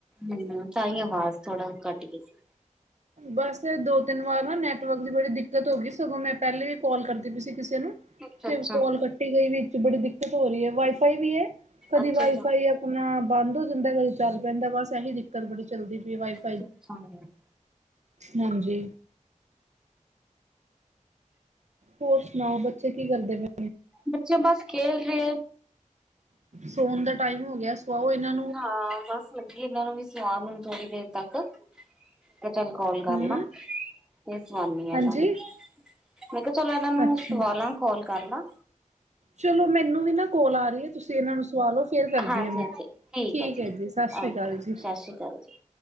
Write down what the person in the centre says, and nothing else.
ਹੁ ਤਾਂਈ ਆਵਾਜ਼ ਥੋੜਾ ਘਟ ਗੀ ਸੀ।
ਅੱਛਾ
ਅੱਛਾ
ਅੱਛਾ
ਅਛਾੱ।
ਬੱਚੇ ਬਾਸ ਖੇਲ ਰੇ।
ਹਾਂ ਬਾਸ ਲੱਗੀ ਏਨਾਂ ਨੂੰ ਵੀ ਸਵਾਨ ਹੁਣ ਥੋੜੀ ਦੇਰ ਤੱਕ। ਮੈਂ ਚੱਲ ਕਾਲ ਕਰ
ਲਾ ਫੇਰ ਸਵਾਨੀ ਆ
ਏਨਾਂ ਨੂੰ। ਮੈਂ ਕਿਹਾ ਚਲੋ ਏਨਾਂ ਨੂੰ
ਸਵਾਲਾਂ ਕਾਲ ਕਰ ਲਾ।
ਹਾਂਜੀ
ਹਾਂਜੀ ਠੀਕ ਏ ਜੀ
ਓਕੇ
ਸ਼ਸੀ ਕਾਲ ਜੀ।